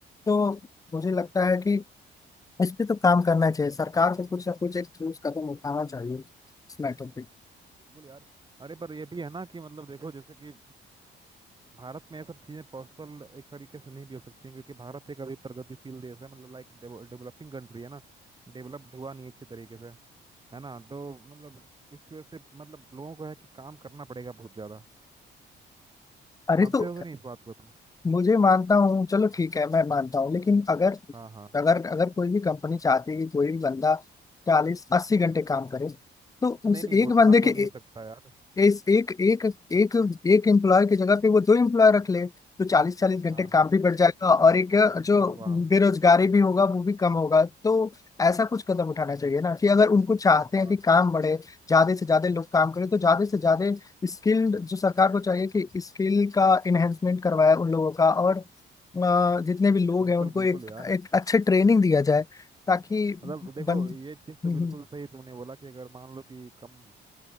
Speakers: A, on the left (about 15°); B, on the right (about 25°).
A: तो मुझे लगता है कि इस पे तो काम करना चाहिए सरकार को कुछ ना कुछ एक ठोस कदम उठाना चाहिए इस मैटर पे
B: बिल्कुल यार अरे पर ये भी है ना कि मतलब देखो जैसे कि भारत में ये सब चीज़ें पॉसिबल एक तरीके से नहीं भी हो सकती हैं क्योंकि भारत एक अभी प्रगतिशील देश है मतलब लाइक डेवलपिंग कंट्री है ना डेवलप्ड हुआ नहीं है अच्छे तरीके से है ना तो मतलब इसकी वजह से मतलब लोगों को है कि काम करना पड़ेगा बहुत ज़्यादा
A: अरे
B: मानते
A: तो
B: होगे नहीं इस बात को तुम
A: मुझे मानता हूँ चलो ठीक है मैं मानता हूँ लेकिन अगर
B: हाँ हाँ
A: अगर अगर कोई भी कंपनी चाहती है कि कोई भी बंदा चालीस अस्सी घंटे काम करे तो
B: नहीं
A: उस
B: नहीं
A: एक
B: उतना
A: बंदे
B: तो
A: के
B: नहीं हो सकता यार
A: इस एक एक एक एक एम्प्लॉय की जगह पे वो दो एम्प्लॉय रख ले तो चालीस चालीस घंटे
B: हाँ हाँ
A: काम भी बढ़ जाएगा और एक
B: हाँ
A: जो
B: वाह वाह
A: बेरोजगारी भी होगा वो भी कम होगा तो ऐसा कुछ कदम उठाना चाहिए ना कि अगर उनको चाहते
B: वाह
A: हैं कि काम बढ़े ज्यादा से ज्यादा लोग काम करें तो ज्यादा से ज्यादा स्किल्ड जो सरकार को चाहिए कि स्किल का इन्हेंसमेंट करवाए उन लोगों का और अ, जितने भी लोग
B: बिल्कुल
A: हैं उनको
B: बिल्कुल
A: एक
B: यार
A: एक अच्छे ट्रेनिंग दिया जाए ताकि
B: मतलब देखो
A: बन
B: ये चीज़ तो
A: हम्म,
B: बिल्कुल
A: हम्म।
B: सही तुमने बोला कि अगर मान लो कि कम